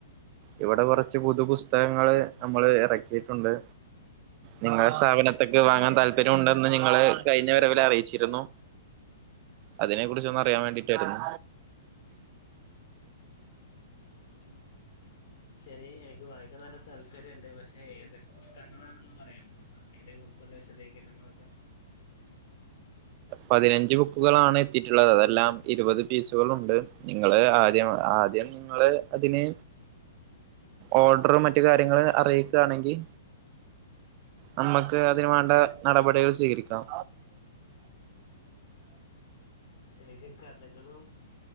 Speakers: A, on the right; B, on the left.
A: ഇവിടെ കൊറച്ച് പുതു പുസ്തകങ്ങള് നമ്മള് എറക്കിയിട്ടുണ്ട് നിങ്ങള സ്ഥാപനത്ക് വാങ്ങാൻ താല്പര്യം ഉണ്ടെന്ന് നിങ്ങള് കഴിഞ്ഞ വരവില് അറിയിച്ചിരുന്നു അതിനെ കുറിച്ചോന്ന് അറിയാൻ വേണ്ടിട്ടാരുന്നു
B: ശരി എനിക്ക് വായിക്കാൻ നല്ല താല്പര്യംണ്ട് പക്ഷെ ഏതൊക്കെ പുസ്തകങ്ങളാണെന്ന് പറയാൻ നോക്ക് അയ്നെ കുർച്ചി <unintelligible> വിശധികരണങ്ങളൊക്കെ
A: പതിനഞ്ച് ബുക്കുകളാണ് എത്തിയിട്ടുള്ളത് അതെല്ലാം ഇരുപത് പീസുകളുണ്ട് നിങ്ങള് ആദ്യം ആദ്യം നിങ്ങള് അതിന് ഓർഡറ് മറ്റ് കാര്യങ്ങള് അറീക്കാണെങ്കില് നമ്മക്ക് അതിന് വേണ്ട നടപടികൾ സ്വീകരിക്കാം
B: എനിക്ക് കഥകളും